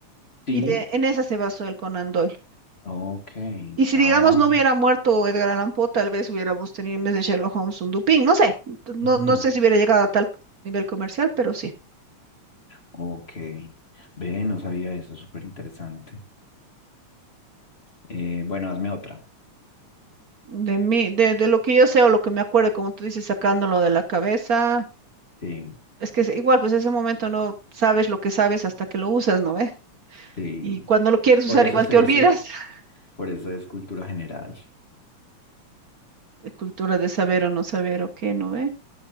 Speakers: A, on the left (about 25°); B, on the right (about 55°).
A: Sí,
B: Y de, en esa se basó el Conan Doyle.
A: ok,
B: Y si,
A: ah,
B: digamos, no hubiera muerto Edgar Allan Poe, tal vez hubiéramos tenido en vez de Sherlock Holmes un Dupin. No sé, no,
A: ujú,
B: no sé si hubiera llegado a tal nivel comercial, pero sí.
A: ok. Ve, no sabía eso, súper interesante. Eh, bueno, hazme otra.
B: De mí, de, de lo que yo sé o lo que me acuerdo, como tú dices, sacándolo de la cabeza,
A: Sí,
B: es que es igual, pues ese momento no sabes lo que sabes hasta que lo usas, ¿no ve?
A: sí.
B: Y cuando lo quieres
A: Por
B: usar,
A: eso
B: igual
A: se
B: te
A: dice,
B: olvidas. <laughs>
A: por eso es cultura general,
B: La cultura de saber o no saber o qué, ¿no ve?